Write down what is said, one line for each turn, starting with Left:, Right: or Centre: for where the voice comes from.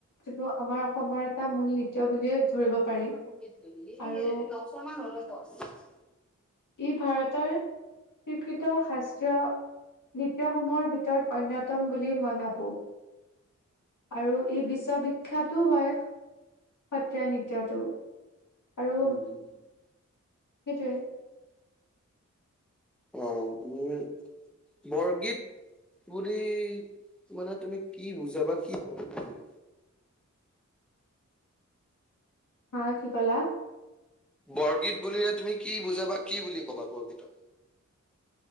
Left: যোনটো আমাৰ অসমৰ এটা মূল নৃত্য বুলিয়ে ধৰিব পাৰি
Centre: <unintelligible>
Left: আৰু ই ভাৰতৰ স্বীকৃত শাস্ত্ৰীয় নৃত্যসমূহৰ ভিতৰত অন্যতম বুলি মই ভাবো। আৰু ই বিশ্ববিখ্যাতো হয়। সত্ৰীয়া নৃত্যটো আৰু
Centre: উম
Left: সেইটোৱে
Centre: অ মোৰ বৰগীত বুলি মানে তুমি কি বুজাবা কি কবা তুমি?
Left: হা কি কলা
Centre: বৰগীত বুলিলে তুমি কি বুজাবা কি বুলি ক'বা বৰগীতক